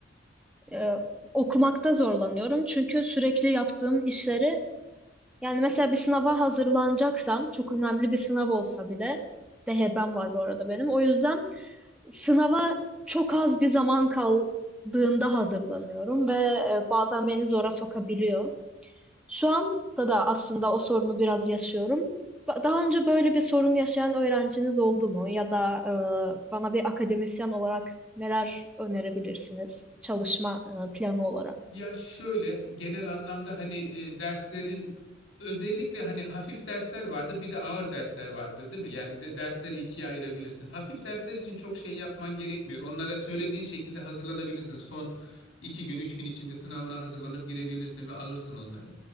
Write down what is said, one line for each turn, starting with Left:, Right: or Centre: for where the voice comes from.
Centre: E, e, okumakta zorlanıyorum. Çünkü sürekli yaptığım işleri yani mesela bir sınava hazırlanacaksam çok önemli bir sınav olsa bile DHB'm var bu arada benim. O yüzden Sınava çok az bir zaman kaldığında hazırlanıyorum ve e, bazen beni zora sokabiliyor. Şu anda da aslında o sorunu biraz yaşıyorum. Ba- Daha önce böyle bir sorun yaşayan öğrenciniz oldu mu? Ya da e, bana bir akademisyen olarak neler önerebilirsiniz çalışma e, planı olarak?
Left: Ya şöyle genel anlamda hani e, derslerin özellikle hani hafif dersler vardır bir de ağır dersler vardır değil mi? Yani de- dersleri ikiye ayırabilirsin. Hafif dersler için çok şey yapman gerekmiyor. Onlara söylediğin şekilde hazırlanabilirsin. Son iki gün üç gün içinde sınavına hazırlanıp girebilirsin ve alırsın onları.